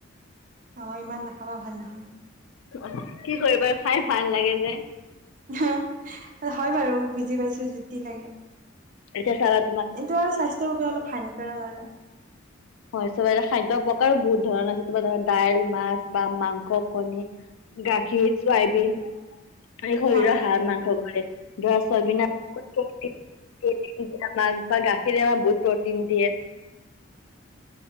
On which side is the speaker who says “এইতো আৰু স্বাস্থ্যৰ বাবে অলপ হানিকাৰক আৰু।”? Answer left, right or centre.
Right